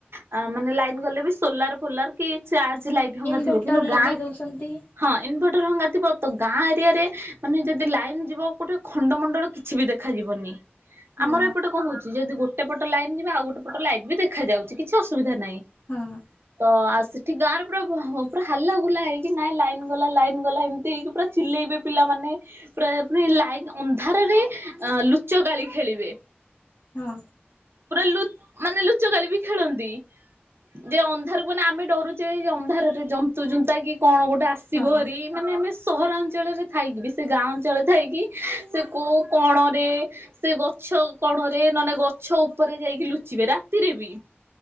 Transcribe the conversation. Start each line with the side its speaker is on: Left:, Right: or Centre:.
Right: ଆ ମାନେ ଲାଇନ୍ ଗଲେ ବି ସୋଲାର ଫୋଲାର କି ଚାର୍ଜ ଲାଇଟ୍-' ଙ୍ଗା
Left: ଇନଭେଟର
Right: ଥିବ କିନ୍ତୁ
Left: ଲଗେଇ
Right: ଗାଁ
Left: ଦଉଛନ୍ତି
Right: ହଁ ଇନଭର୍ଟର ଭଙ୍ଗା ଥିବ ତ ଗାଁ ଏରିଆ ରେ ମାନେ ଯଦି ଲାଇନ ଯିବ ଗୋଟେ ଖଣ୍ଡମଣ୍ଡଳ କିଛି ବି ଦେଖାଯିବନି।
Left: ହଁ
Right: ଆମର ଏପଟେ କଣ ହୋଉଚି ଯେଦି ଗୋଟେ ପଟ ଲାଇନ୍ ଯିବ ଆଉ ଗୋଟେ ପଟ ଲାଇନ ବି ଦେଖ ଖା ଯାଉଚି କିଛି ଅସୁବିଧା ନାହିଁ।
Left: ହଁ।
Right: ତ ଆଉ ସେଠି ଗାଁରେ ପୁରା ପୁରା ହାଲା ଗୁଲା ହେଇକି ନାଇଁ ଲାଇନ୍ ଗଲା ଲାଇନ ଗଲା ଏମିତି ହେଇକି ପୁରା ଚିଲେଇବେ ପିଲାମାନେ ପୁରା ମାନେ ଲା ଆଇନ୍ ଅନ୍ଧାରରେ ଲୁଚ ଗାଳି ଖେଳିବେ।
Left: ହଁ।
Right: ପୁରା ଲୁଚ୍ ମାନେ ଲୁଚ ଗାଳି ବି ଖେଳନ୍ତି। ଯେ ଅନ୍ଧାରକୁଆନେ ଆମେ ଡରୁଚେ ଅନ୍ଧାରରେ ଜନ୍ତୁ ଯୁନ୍ତା କି କଣ ଗୋଟେ ଆସିବହାରି
Left: ହଁ
Right: ମାନେ ଆମେ ସହରାଞ୍ଚଳରେ ଥାଇକି ବି ସେ ଗାଁ ଅଞ୍ଚଳରେ ଥାଇକି ସେ କୋଉ କଣରେ ସେ ଗଛ କଣରେ ନନେ ଗଛ ଉପରେ ଯାଇକି ଲୁଚିବେ ରାତିରେ ବି।